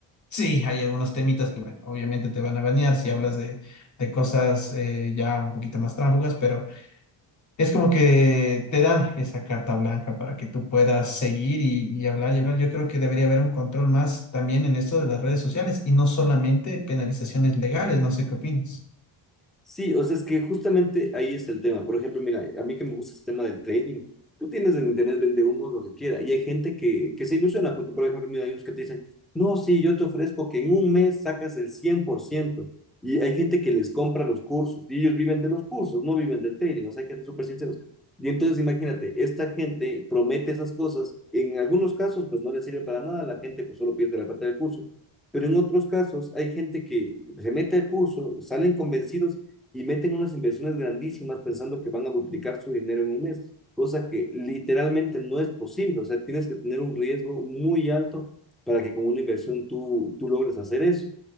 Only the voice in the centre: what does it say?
Sí, o sea, es que justamente ahí es el tema. Por ejemplo, mira, a mí que me gusta el tema del trading. Tú tienes en internet, vende humo, lo que quiera. Y hay gente que, que se ilusiona, porque, por ejemplo, mira, hay unos que te dicen, no, sí, yo te ofrezco que en un mes sacas el cien por ciento Y hay gente que les compra los cursos. Y ellos viven de los cursos, no viven del trading. O sea, hay que ser súper sinceros. Y entonces, imagínate, esta gente promete esas cosas. En algunos casos, pues no les sirve para nada. La gente, pues solo pierde la plata del curso. Pero en otros casos, hay gente que se mete al curso, salen convencidos y meten unas inversiones grandísimas pensando que van a duplicar su dinero en un mes, cosa que literalmente no es posible. O sea, tienes que tener un riesgo muy alto para que con una inversión tú, tú logres hacer eso